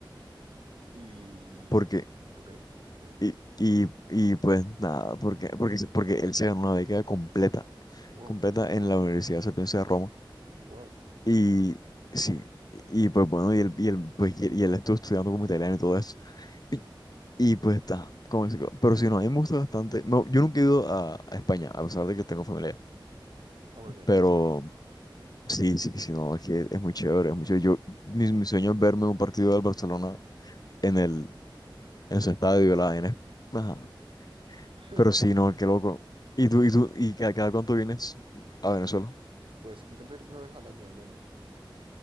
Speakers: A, on the right; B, on the left.
A: Y,
B: porque,
A: y- Ok, ok.
B: y, y, y pues nada, porque, porque, porque él se ganó una beca completa,
A: Wow,
B: completa en la Universidad Sapienza de Roma
A: wow.
B: Y sí, y pues bueno, y él, y él, pues, y él, y él estuvo estudiando como italiano y todo eso. Y, y, pues está, como ese co- pero si no, a mí me gusta bastante. no, yo nunca he ido a, a España, a pesar de que tengo familia.
A: Ah, bueno, tienes
B: Pero
A: que venir.
B: sí, sí, sí, no, es que es muy chévere, es muy chévere. Yo, mi, mi sueño es verme un partido del Barcelona en el, en su estadio, la vaina. es- Ajá.
A: <laughs>
B: Pero sí, no, qué loco. ¿Y tú, y tú, y cada, cada cuánto vienes a Venezuela?
A: Pues intento ir una vez al año al menos.